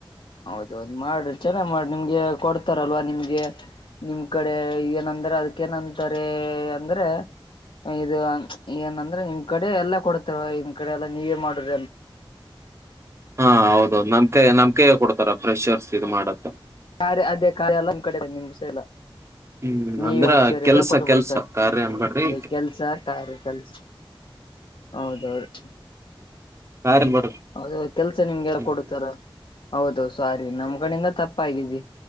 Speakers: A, on the left; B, on the right.
A: ಹೌದೌದು ಮಾಡ್ರಿ ಚೆನ್ನಾಗ್ ಮಾಡಿ ನಿಮ್ಗೆ ಕೊಡ್ತಾರಲ್ವಾ ನಿಮ್ಗೆ ನಿಮ್ ಕಡೆ ಏನಂದ್ರೆ ಅದಕ್ಕೇನಂತಾರೆ ಅಂದ್ರೆ ಇದು ಏನಂದ್ರೆ ನಿಮ್ ಕಡೆ ಎಲ್ಲಾ ಕೊಡ್ತಾರ ನಿಮ್ ಕಡೆ ಎಲ್ಲಾ ನೀವೇ ಮಾಡ್ರಿ ಅಂತ
B: ಹಾ ಹೌದು ನಮ್ ಕೈ ನಮ್ ಕೈ ಕೊಡ್ತಾರೆ ಫ್ರೆಷರ್ಸ್ ಇದು ಮಾಡತ್ತ
A: ಯಾರೆ ಅದೇ ಕಾಯಲ್ಲ ನಮ್ ಕಡೆ ನಿಮ್ ಸೈಲ
B: ಹ್ಮ್
A: ನೀವು
B: ಅಂದ್ರ
A: <unintelligible>
B: ಕೆಲ್ಸ
A: ಕೊಟ್ಟು ಬುಡ್ತಾರ
B: ಕೆಲ್ಸ ಕಾರ್ಯ ಅನ್ಬೇಡ್ರಿ
A: ಅದ ಕೆಲ್ಸ ಗಾರೆ ಕೆಲ್ಸ ಹೌದು ಹೌದು
B: ಕಾರ್ಯ ಅನ್ಬೇಡ್ರಿ
A: ಹೌದ ಕೆಲ್ಸ ನಿಮ್ಗೆ ಯಾರ
B: ಹ್ಮ್
A: ಕೊಡ್ತಾರೆ ಹೌದು ಸಾರಿ ನಮ್ ಕಡೆಯಿಂದ ತಪ್ಪಗಿದಿ